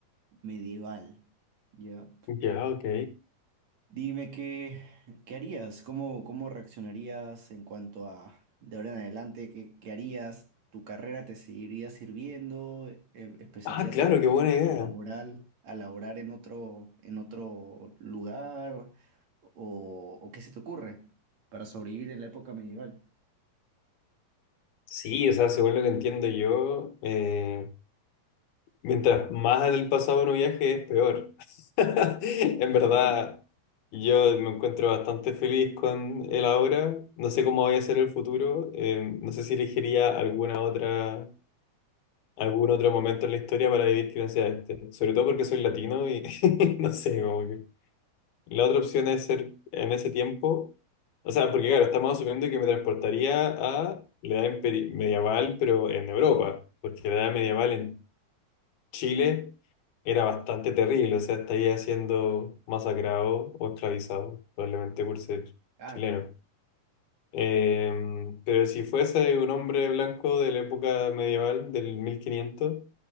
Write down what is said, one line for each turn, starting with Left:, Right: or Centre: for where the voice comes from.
Right: medieval, ¿ya?
Left: Ya, ok.
Right: Dime qué, qué harías, cómo, cómo reaccionarías en cuanto a de ahora en adelante, qué, qué harías, tu carrera te seguiría sirviendo, ¿E- empezarías
Left: Ah, claro,
Right: a,
Left: qué buena idea.
Right: a laborar, a laborar en otro, en otro lugar, o, o qué se te ocurre para sobrevivir en la época medieval.
Left: Sí, o sea, según lo que entiendo yo, eh, Mientras más en el pasado uno viaje, es peor. <laughs> En
Right: Sí,
Left: verdad, yo me encuentro bastante feliz con el ahora. No sé cómo vaya a ser el futuro. Eh, no sé si elegiría alguna otra, algún otro momento en la historia para vivir que no sea este. Sobre todo porque soy latino y <laughs> no sé, como que. La otra opción es ser en ese tiempo. O sea, porque claro, estamos asumiendo que me transportaría a la edad imperi- medieval, pero en Europa. Porque la edad medieval en Chile era bastante terrible, o sea, estaría siendo masacrado o esclavizado, probablemente por ser
Right: claro,
Left: chileno. Eh, pero si fuese un hombre blanco de la época medieval, del 1500,